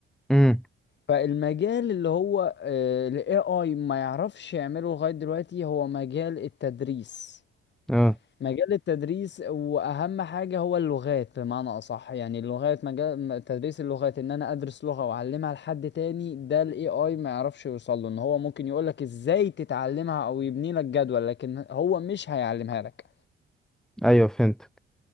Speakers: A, in the centre; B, on the left.
A: امم
B: فالمجال اللي هو آه، ال AI ما يعرفش يعمله لغاية دلوقتي هو مجال التدريس
A: اه
B: مجال التدريس وأهم حاجة هو اللغات بمعنى أصح يعني اللغات مجال م- تدريس اللغات إن أنا أدرس لغة وأعلمها لحد تاني ده ال AI ما يعرفش يوصل له إن هو ممكن يقولك إزاي تتعلمها أو يبني لك جدول لكن هو مش هيعلمها لك
A: ايوه فهمت